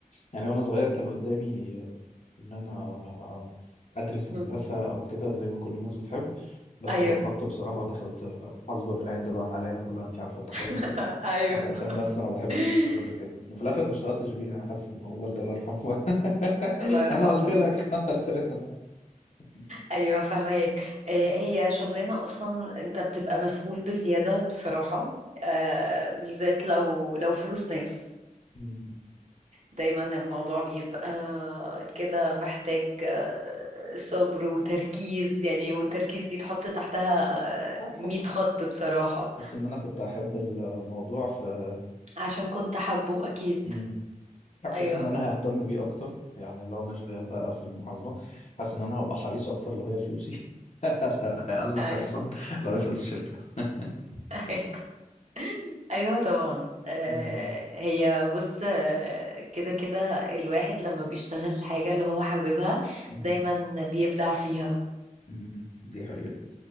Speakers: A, on the left; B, on the right.
A: يعني وأنا صغير كان قدامي آه، إن أنا آه، أدرس
B: م.
A: هندسة أو كده زي ما كل الناس بتحب بس
B: أيوه
A: رفضت بصراحة ودخلت آه، محاسبة بالعند بقى مع العيلة كلها أنت عارفة التقاليد
B: <laughs>
A: دي
B: أيوه
A: علشان بس انا بحب
B: <laughs>
A: الحسابات وكده وفي الاخر ما اشتغلتش بيها انا حاسس ان هو والدي الله يرحمه <laughs>
B: الله يرحمه
A: انا قلت لك <laughs> انا قلت لك ما تخافش. <laughs>
B: ايوه فاهمك آه، هي شغلانه اصلا انت بتبقى مسؤول بزياده بصراحه آه، بالذات لو لو فلوس ناس
A: مم.
B: دايما الموضوع بيبقى كده محتاج آه، صبر وتركيز يعني والتركيز دي تحط تحتها
A: لا
B: 100
A: حاسس
B: خط بصراحه
A: حاسس ان انا كنت احب الموضوع في
B: عشان كنت حابه اكيد
A: مم. لا، حاسس
B: ايوه
A: ان انا ههتم بيه اكتر يعني لو انا شغال بقى في المحاسبه حاسس ان انا هبقى حريص اكتر لو هي فلوسي <laughs> اقل
B: ايوه
A: حرصا لو هي فلوس الشركه <laughs>
B: <laughs> ايوه طبعا آه،
A: مم.
B: هي بص آه، كده كده الواحد لما بيشتغل الحاجة اللي هو حاببها
A: مم.
B: دايما بيبدع فيها
A: مم. دي حقيقه